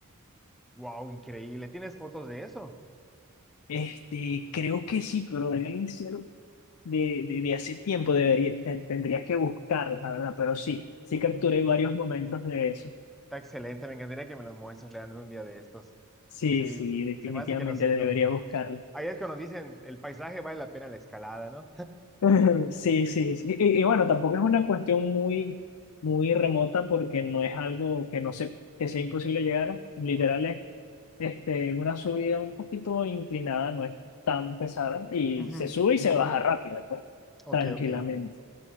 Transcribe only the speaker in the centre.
Wow, increíble. ¿Tienes fotos de eso?
Está excelente. Me encantaría que me las muestres, Leandro, un día de estos.
Sí,
s-
se me hace que los...
lo-
Ahí es cuando dicen, el paisaje vale la pena la escalada, ¿no?
Ujú.
Ok,
ok.